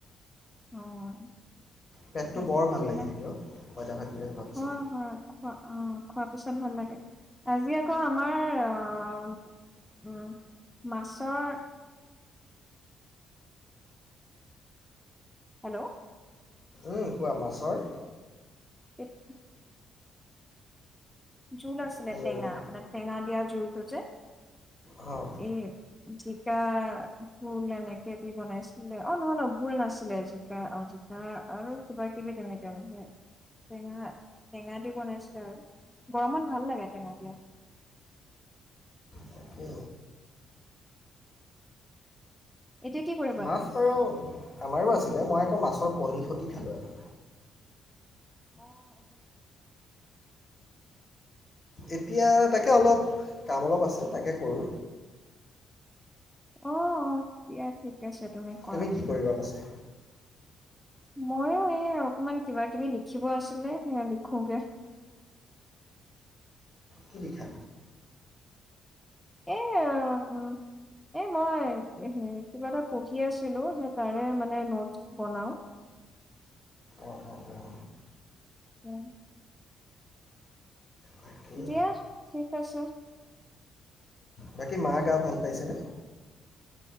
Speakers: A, in the centre; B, on the left.
A: অঁ
B: পেটটো
A: ভালেই
B: বৰ
A: কৰিলা,
B: ভাল লাগি থাকে অ' পঁইতা ভাতকেইটা খোৱাৰ পিছত
A: অঁ হয়। খোৱা অঁ খোৱা পিছত ভাল লাগে। আজি আকৌ আমাৰ অঁ- উম' মাছৰ- হেল্লৌ'
B: উম' কোৱা মাছৰ-
A: কেত- জোল আছিলে
B: হেল্ল'
A: টেঙা, মানে টেঙা দিয়া জোলটো যে।
B: হঁ',
A: এঁ, জিকা ভোল এনেকে দি বনাইছিলে, অ নহয় ন ভুল নাছিলে জিকা অঁ জিক- কা আৰু কিবা কিবি তেনেকে মানে। টেঙা টেঙা দি বনাইছিলে আৰু গৰমত ভাল লাগে টেঙা দিয়া।
B: তাকে।
A: এতিয়া কি কৰিবা
B: মাছ
A: তুমি
B: বাৰু আমাৰো আছিলে মই আকৌ মাছৰ কণীৰ খতি খালো আজি।
A: অঁ অঁ।
B: এতিয়া তাকে অলপ কাম অলপ আছে তাকে কৰোঁ।
A: অঁ অঁ দিয়া ঠিক আছে তুমি। কৰাগে
B: তুমি কি কৰিবা পাছে?
A: ময়ো এই অকমান কিবা কিবি লিখিব আছিলে সেয়া লিখোগে।
B: কি লিখা?
A: এইয়াঁ। এই মই কিবা এটা পঢ়ি আছিলোঁ, সেই তাৰে মানে নোটছ বনাওঁ।
B: অঁ অঁ অঁ।
A: উম।
B: তাকেই
A: দিয়া, ঠিক আছে।
B: বাকী মা গা ভাল পাইছেনে।